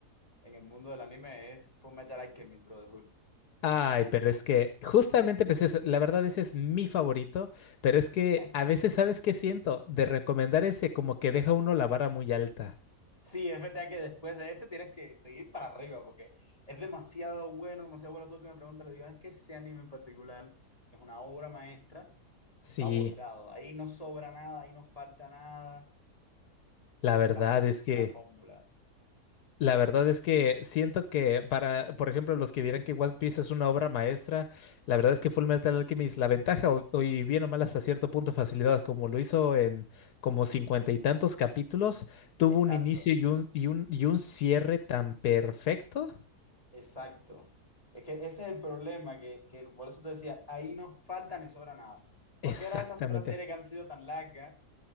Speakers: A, on the left (about 20°); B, on the left (about 75°).
A: en el mundo del anime es Fullmetal Alchemist Brotherhood.
B: Ay,
A: No sé si
B: pero
A: lo vi.
B: es que justamente pues es- la verdad ese es mi favorito, pero es que
A: <laughs>
B: a veces, ¿sabes qué siento? De recomendar ese como que deja uno la vara muy alta.
A: Sí, es verdad que después de ese tienes que seguir para arriba porque es demasiado bueno, demasiado bueno. Todo el que me pregunta, le digo, es que ese anime en particular es una obra maestra
B: Sí,
A: que está abordado. Ahí no sobra nada, ahí no falta nada.
B: la verdad
A: Es la perfección
B: es que,
A: de una fórmula.
B: la verdad es que siento que para, por ejemplo, los que dirán que One Piece es una obra maestra, la verdad es que Full Metal Alchemist, la ventaja, o, o y bien o mal hasta cierto punto facilidad, como lo hizo en como cincuenta y tantos capítulos, tuvo
A: Exacto,
B: un inicio y un, y un, y un cierre
A: e-
B: tan perfecto.
A: exacto. Es que ese es el problema, que, que por eso te decía, ahí no falta ni sobra nada. Cualquiera
B: Exactamente.
A: de estas otras series que han sido tan largas